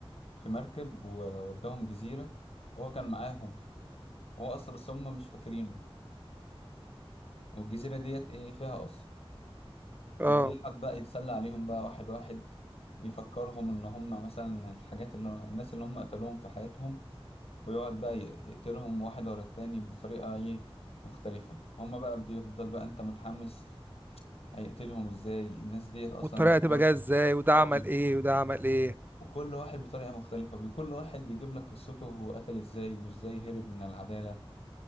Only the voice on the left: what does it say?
في مركب ووداهم جزيرة وهو كان معاهم هو أصلا بس هم مش فاكرينه والجزيرة ديت ايه فيها قصر وبيقعد
بقى يتسلى عليهم بقى واحد واحد يفكرهم ان هم مثلا الحاجات اللي الناس اللي هم قتلوهم في حياتهم ويقعد بقى ي- يقتلهم واحد ورا التاني بطريقة ايه مختلفة هم بقى بيفضل بقى انت متحمس هيقتلهم ازاي الناس ديت اصلا
بتحاول
اه
وكل واحد بطريقة مختلفة بي- كل واحد بيجيب لك قصته هو قتل ازاي وازاي هرب من العدالة